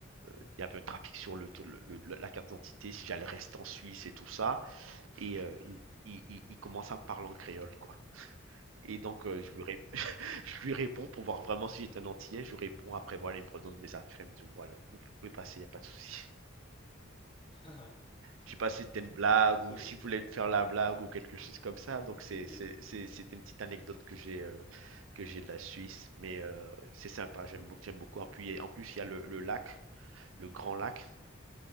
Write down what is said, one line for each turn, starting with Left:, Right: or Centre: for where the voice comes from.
Right: il y avait un trafic sur le, le, le- la carte d'identité, si j'allais rester en Suisse et tout ça. Et euh,
Left: mhm.
Right: il, il- il- il commence à me parler en créole, quoi. Et donc, euh, je lui, ré- <laughs> je lui réponds pour voir vraiment si j'étais un Antillais. Je lui réponds, après, voilà, il me redonne mes affaires. Il me dit, bon, voilà, vous pouvez passer, il n'y a pas de souci.
Left: <laughs>
Right: Je sais pas si c'était une blague
Left: C'est
Right: ou si s'il voulait
Left: bon.
Right: me faire la blague ou quelque chose comme ça. Donc, c'est,
Left: Ok.
Right: c'est, c'est- c'est une petite anecdote que j'ai euh, que j'ai de la Suisse. Mais euh, c'est sympa, j'aime, beau- j'aime beaucoup. appuyer. en plus, il y a le, le lac, le grand lac,